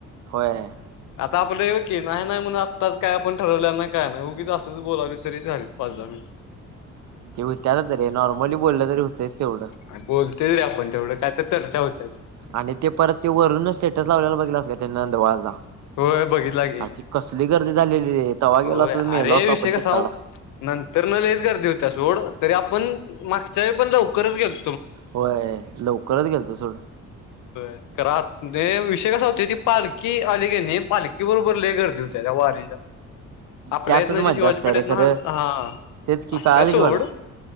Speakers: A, on the right; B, on the left.
A: होय
B: आता आपलं हे की नाही म्हणून आत्ताच काय आपण ठरवल्या ना काय नाही उगीच असंच बोलावली तरी झाले पाच द मिन <unintelligible>
A: ते होते आ तरी नॉर्मली बोललं तरी होतेच तेवढं.
B: आणि बोलतोरी आपण तेवढं काय तर चर्चा होत.
A: आणि ते परत ते वरूनच स्टेटस लावलेला बघेलस का त्यानी नंदवाळाचा.
B: होय बघितला की.
A: अर त कसली गर्दी झालेली र तवा्हा
B: होय
A: गेलो असो
B: अरे
A: मेलो असो
B: विषय
A: आपण
B: कसा
A: चेताडा.
B: नंतर न लेस गर देवता सोड तरी आपण मागच्या व पण लवकरच गेलो.
A: होय लवकरच गेल तो सोड.
B: आ विषय कसा होत की पालखी आली गे नाही पालखी बरोबर ल गर्दी होते त्या वारीच्या. आपल्या
A: त्यातच
B: येत ना जे
A: मज्जा
B: शिवाजीपेठ
A: असते रे
B: येत
A: खरं
B: ना हा
A: तेच की
B: असत्या
A: कळालं
B: सोड.
A: की मला